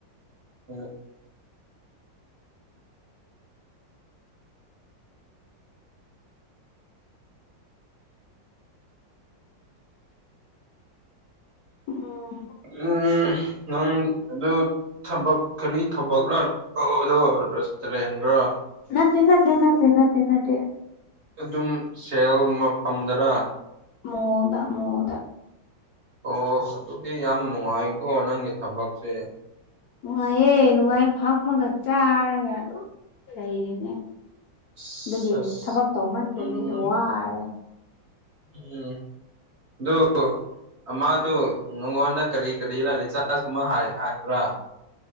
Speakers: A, on the right (about 50°); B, on the left (about 70°).
A: ꯍ
B: ꯎꯝ
A: ꯎꯝ ꯅꯪ ꯑꯗꯨ ꯊꯕꯛ ꯀꯔꯤ ꯊꯕꯛꯅ ꯇꯗꯣ ꯔꯦꯁꯇꯨꯔꯦꯟꯒ꯭ꯔ
B: ꯅꯠꯇꯦ ꯅꯠꯇꯦ ꯅꯠꯇꯦ ꯅꯠꯇꯦ ꯅꯠꯇꯦ
A: ꯑꯗꯨꯝ ꯁꯦꯜ ꯑꯃꯐꯝꯝꯗꯅ
B: ꯃꯨꯗ ꯃꯣꯗ
A: ꯑꯣ ꯑꯗꯨꯗꯤ ꯌꯥꯝ ꯅꯨꯡꯉꯥꯏꯀꯣ ꯅꯪꯒꯤ ꯊꯕꯛꯁꯦ
B: ꯅꯨꯡꯉꯥꯏꯌꯦꯦ ꯅꯨꯡꯉꯥꯏꯌꯦ ꯐꯝꯃꯒ ꯆꯥꯔꯒ ꯑꯗꯨꯝ ꯂꯩꯔꯅꯦ
A: ꯑꯁ
B: ꯑꯗꯨꯒꯤ
A: ꯑꯁ
B: ꯊꯕꯛ ꯇꯧꯃꯟꯗꯕꯤꯗꯤ
A: ꯌꯥꯝ ꯅꯨꯡꯉꯥꯏ
B: ꯋꯥꯔꯦ
A: ꯎꯝ ꯑꯗꯨꯣ ꯃꯥꯗꯨ ꯅꯪꯉꯣꯟꯗ ꯀꯔꯤ ꯀꯔꯤ ꯔ ꯆꯥꯥꯔꯖꯀꯨꯝꯕ ꯍꯥꯏꯕ꯭ꯔꯥ